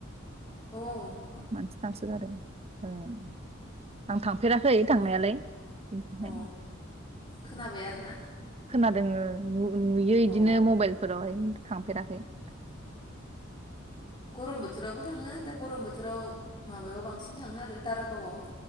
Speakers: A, on the left (about 25°); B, on the right (about 30°).
A: औ
B: मानसि थांसोगारो ओं आं थांफेराखै थांनायालाय
A: ए
B: <unintelligible>
A: अ खोनाबाय आरो ना
B: खोनादोङो नु-नुयो इदिनो
A: अ
B: मबाइलफोरावहाय थांफेरा नै उम।
A: गरम बोथोरावबो थाङो दा गरम बोथोराव माबायाव बांसिन थाङो आरो दारागावाव